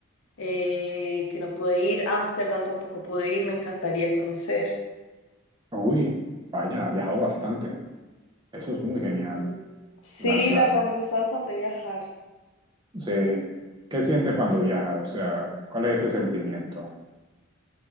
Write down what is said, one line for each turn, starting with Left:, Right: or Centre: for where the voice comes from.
Left: eh, que no pude ir, Ámsterdam tampoco pude ir, me encantaría conocer.
Right: Uy, vaya, ha viajado bastante. Eso es muy genial,
Left: Mm, Sí,
Right: la, claro.
Left: la verdad me gusta bastante viajar.
Right: Sí. ¿Qué sientes cuando viajas? O sea, ¿cuál es ese sentimiento?